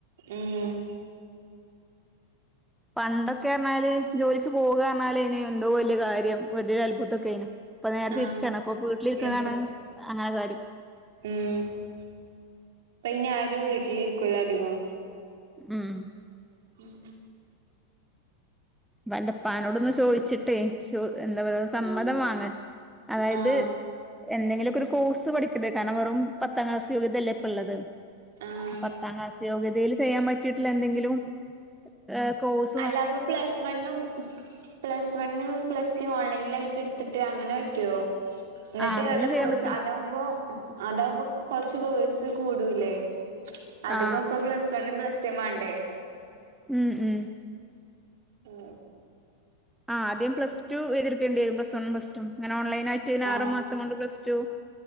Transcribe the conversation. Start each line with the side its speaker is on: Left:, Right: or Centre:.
Right: ഉം
Centre: പണ്ടൊക്കെ പറഞ്ഞാല് ജോലിക്ക് പോകുകയെന്നാലേ ന് എന്തോ വെല്യാ കാര്യം. ഒരു അത്ഭുതൊക്കെയാനു. ഇപ്പൊ നേരെ
Right: ആഹ്
Centre: തിരിച്ചാണ്. ഇപ്പൊ വീട്ടിലിരിക്കുന്നതാണ്
Right: ഇപ്പ
Centre: അങ്ങനെ കാര്യം.
Right: ഉം ഇപ്പ ഇനി ആരും വീട്ടിലിരിക്കുലോ അധികം.
Centre: ഉം
Right: ഉം
Centre: തന്റെപ്പാനോട് ഒന്ന് ചോദിച്ചിട്ടേ. ചോ എന്താ പറ സമ്മതം വാങ്ങ്. അതായത്
Right: ആഹ്
Centre: എന്തെങ്കിലുക്കെ ഒരു കോസ് പഠിക്കണ്ടേ. കാരണം വെറും പത്താം ക്ലാസ് യോഗ്യതല്ലേയിപ്പ ഒള്ളെത്.
Right: ആഹ്
Centre: പത്താം ക്ലാസ് യോഗ്യതയില് ചെയ്യാൻ പറ്റിട്ടിള്ള എന്തെങ്കിലും എ കോസ്.
Right: അല്ല അപ്പൊ പ്ലസ് വണും. പ്ലസ് വണും പ്ലസ് ടുവും ഓൺലൈനിൽ ലയിറ്റെടിത്തിട്ട് അങ്ങനെ പറ്റുമോ? എന്നിട്ട്
Centre: ആ അങ്ങനെയും
Right: നല്ല
Centre: ചെയ്യാൻ
Right: കോയ്സ്
Centre: പറ്റും
Right: അതാവുമ്പോ, അതാവുമ്പോ കൊറെച്ച് കോയിസ് കൂടൂല്ലേ. അധികിപ്പു
Centre: ആ
Right: പ്ലസ് വണും പ്ലസ് ടുവും വേണ്ടേ.
Centre: ഉം ഉം
Right: ഓ
Centre: ആദ്യം പ്ലസ് ടു എഴ്തി ട്ക്കേണ്ടി വെരും. പ്ലസ് വണും പ്ലസ് ടും ഇങ്ങനെ ഓൺലൈനായി റ്റ് ഒരാറു
Right: ആഹ്
Centre: മാസം കൊണ്ട് പ്ലസ് ട റ്റു